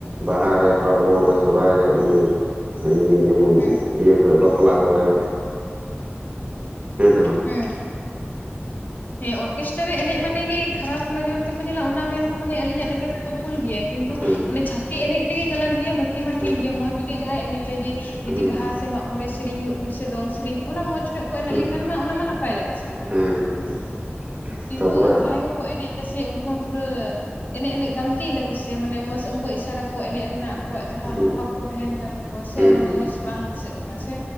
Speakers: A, on the right; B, on the left.
A: ᱵᱟᱦᱟ ᱨᱮ, ᱯᱟᱨᱵᱚᱱ ᱨᱮ, ᱥᱚᱨᱦᱟᱭ ᱨᱮ ᱮᱢᱱᱤ ᱮᱢᱱᱤ ᱡᱮᱢᱚᱱ
B: ᱦᱮᱸ
A: ᱤᱭᱟᱹ ᱠᱚᱨᱮ ᱵᱟᱯᱞᱟ ᱠᱚᱨᱮ᱾ ᱦᱮᱸ ᱥᱮ ᱵᱟᱝ? <inaudible>
B: ᱦᱮᱸ ᱦᱮᱸ ᱚᱨᱠᱮᱥᱴᱟᱨ ᱨᱮ ᱮᱱᱮᱡᱽ ᱢᱟᱱᱮ ᱜᱮ ᱠᱷᱟᱨᱟᱯ ᱠᱩ-ᱱᱚᱡᱚᱨ ᱛᱮᱠᱚ ᱧᱮᱞᱟ ᱚᱱᱟ ᱢᱮᱱ ᱦᱚᱸ ᱢᱟᱱᱮ ᱟᱹᱞᱤᱧᱟᱜ ᱱᱚᱡᱚᱨ ᱛᱮᱫᱚ ᱵᱷᱩᱞ ᱜᱮᱭᱟ ᱠᱤᱱᱛᱩ
A: ᱦᱮᱸ
B: ᱚᱱᱮ ᱪᱷᱟᱯᱨᱤ ᱮᱱᱮᱡᱽ ᱛᱮᱜᱮ ᱜᱮᱞᱟᱛ ᱜᱮᱭᱟ ᱵᱟᱠᱤ ᱢᱟ
A: ᱦᱮᱸ
B: ᱴᱷᱤᱠ ᱜᱮᱭᱟ ᱢᱚᱸᱡᱽ ᱡᱩᱫᱤ ᱡᱟᱦᱟᱸᱭ ᱮᱱᱮᱡᱟᱭ ᱡᱩᱫᱤ ᱡᱩᱫᱤ
A: ᱦᱮᱸ
B: ᱵᱟᱦᱟ
A: ᱦᱮᱸ
B: ᱥᱮ ᱢᱟᱜᱽ ᱢᱚᱬᱮ ᱥᱮᱨᱮᱧ ᱦᱩᱭᱩᱜ ᱥᱮ ᱫᱚᱝ ᱥᱮᱨᱮᱧ ᱚᱱᱟ ᱢᱚᱡᱽ ᱧᱚᱜ ᱠᱚ ᱮᱱᱮᱡᱽ
A: ᱦᱮᱸ
B: ᱞᱮᱠᱷᱟᱱ ᱢᱟ ᱚᱱᱟᱢᱟ ᱱᱟᱯᱟᱭ ᱡᱤᱱᱤᱥ ᱠᱟᱱᱟ᱾
A: ᱦᱮᱸ ᱦᱮᱸ ᱦᱮᱸ᱾
B: ᱠᱤᱱᱛᱩ
A: ᱛᱟᱯᱚᱨᱮ
B: ᱡᱟᱦᱟᱸᱭ ᱠᱚᱠᱚ ᱮᱱᱮᱡ ᱫᱟ ᱥᱮ ᱩᱱᱠᱩ ᱦᱚᱸ ᱯᱩᱨᱟᱹ ᱮᱱᱮᱡᱽ ᱮᱱᱮᱡᱽ ᱜᱟᱹᱞᱛᱤᱭ ᱫᱟᱠᱚ ᱥᱮ ᱢᱟᱱᱮ ᱢᱚᱡᱽ ᱩᱱᱠᱩᱭᱟᱜ ᱤᱥᱟᱹᱨᱟ ᱠᱚ ᱮᱱᱮᱡᱽ ᱨᱮᱱᱟᱜ ᱟᱠᱣᱟᱜ ᱡᱟᱦᱟᱸ
A: ᱦᱮᱸ
B: ᱦᱟᱵᱷ ᱵᱷᱟᱵᱽ ᱠᱚ ᱛᱟᱦᱮᱱ ᱠᱟᱱ ᱛᱟᱠᱚᱣᱟ ᱥᱮ
A: ᱦᱮᱸ
B: ᱚᱱᱟ
A: ᱦᱮᱸ
B: ᱢᱟ ᱢᱚᱡᱽ
A: ᱦᱮᱸ
B: ᱵᱟᱝ ᱫᱤᱥᱟᱹᱜ ᱠᱟᱱᱟ ᱥᱮ᱾